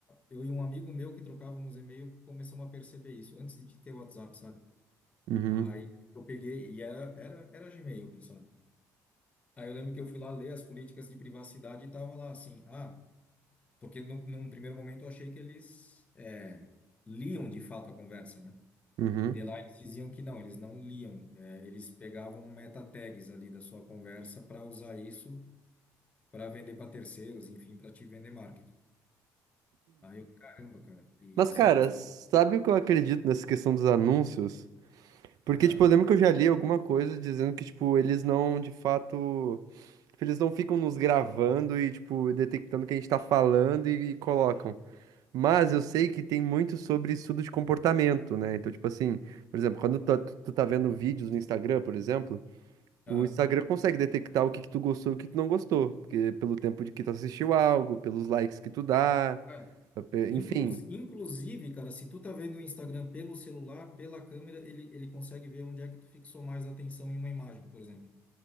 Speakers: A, on the left; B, on the right.
A: eu e um amigo meu que trocávamos e-mail começamos a perceber isso, antes de ter WhatsApp, sabe?
B: Uhum,
A: Aí eu peguei, e era, era, era Gmail, quem sabe? Aí eu lembro que eu fui lá ler as políticas de privacidade e tava lá assim, ah, porque num, num primeiro momento eu achei que eles é, liam de fato a conversa, né?
B: uhum.
A: E de lá eles diziam que não, eles não liam, é, eles pegavam meta tags ali da sua conversa para usar isso para vender para terceiros, enfim, para te vender marketing. Aí eu, caramba, cara, e
B: Mas,
A: assim
B: cara,
A: você.
B: sabe o que eu acredito nessa questão dos anúncios? Porque,
A: Ah,
B: tipo, eu lembro que eu já li alguma coisa dizendo que, tipo, eles não, de fato, tipo, eles não ficam nos gravando e, tipo, detectando o que a gente tá falando e, e colocam. Mas eu sei que tem muito sobre estudo de comportamento, né? Então, tipo assim, por exemplo, quando tu, tá, tu tu tá vendo vídeos no Instagram, por exemplo.
A: ah,
B: O Instagram consegue detectar o que que tu gostou e o que tu não gostou, porque pelo tempo de que tu assistiu algo, pelos likes que tu dá,
A: ah.
B: pe- enfim.
A: Inclus, inclusive, cara, se tu tá vendo o Instagram pelo celular, pela câmera, ele, ele consegue ver onde é que tu fixou mais atenção em uma imagem, por exemplo.